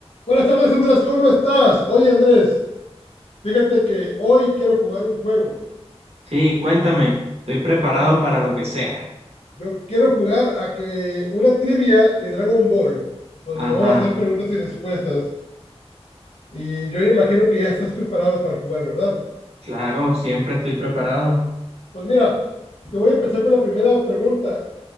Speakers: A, on the left; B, on the right.
A: Buenas tardes, Andrés, ¿cómo estás? Oye, Andrés, fíjate que hoy quiero jugar un juego.
B: Sí, cuéntame, estoy preparado
A: Vamos,
B: para lo que sea.
A: yo quiero jugar a que una trivia de Dragon Ball, donde
B: Ajá,
A: nos vamos a hacer preguntas y respuestas. Y yo imagino que ya estás preparado para jugar, ¿verdad?
B: claro, siempre estoy preparado.
A: Pues mira, yo voy a empezar con la primera pregunta.